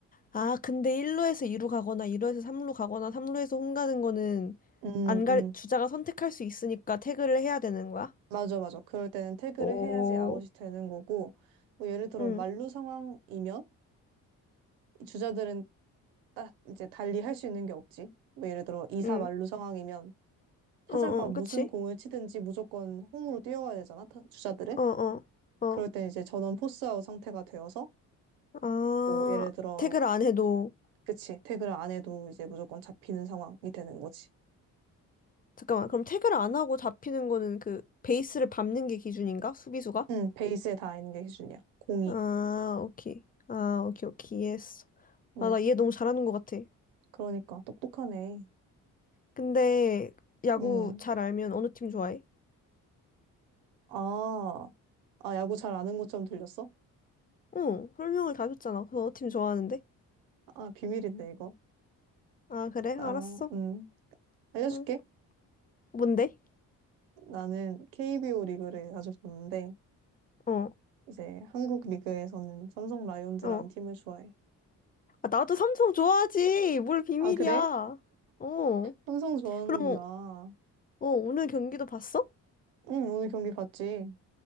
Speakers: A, on the left; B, on the right.
A: 아, 근데 1루에서 2루 가거나 2루에서 3루 가거나 3루에서 홈 가는 거는
B: 음,
A: 안 갈,
B: 음.
A: 주자가 선택할 수 있으니까 태그를 해야 되는 거야?
B: 맞아, 맞아. 그럴 때는 태그를
A: 오,
B: 해야지 아웃이 되는 거고, 뭐 예를 들어
A: 응,
B: 만루 상황이면 이 주자들은 딱 이제 달리 할 수 있는 게 없지. 뭐 예를 들어 2사
A: 응,
B: 만루 상황이면 타자가
A: 어, 어,
B: 무슨
A: 그치?
B: 공을 치든지 무조건 홈으로 뛰어가야 되잖아, 타- 주자들은.
A: 어, 어. 어.
B: 그럴 때 이제 전원 포스아웃 상태가 되어서
A: 아,
B: 뭐 예를 들어
A: 태그를 안 해도.
B: 그치 태그를 안 해도 이제 무조건 잡히는 상황이 되는 거지.
A: 잠깐만, 그럼 태그를 안 하고 잡히는 거는 그 베이스를 밟는 게 기준인가? 수비수가?
B: 응, 베이스에 다 있는 게 기준이야. 공이.
A: 아, 오케이. 아, 오케이, 오케이. 이해했어.
B: 응,
A: 아, 나 이해 너무 잘하는 것 같아.
B: 그러니까 똑똑하네.
A: 근데 야구
B: 응.
A: 잘 알면 어느 팀 좋아해?
B: 아, 아, 야구 잘 아는 것처럼 들렸어?
A: 응, 설명을 다 줬잖아. 그래서 어느 팀 좋아하는데?
B: 아, 비밀인데 이거.
A: 아, 그래?
B: 아,
A: 알았어.
B: 음. 알려줄게.
A: 응. 뭔데?
B: 나는 KBO 리그를 자주 보는데
A: 어,
B: 이제 한국 리그에서는 삼성 라이온즈라는
A: 어.
B: 팀을 좋아해.
A: 아, 나도 삼성 좋아하지. 뭘 비밀이야.
B: 아, 그래?
A: 어.
B: 삼성 좋아하는구나.
A: 그럼, 어, 오늘 경기도 봤어?
B: 응, 오늘 경기 봤지.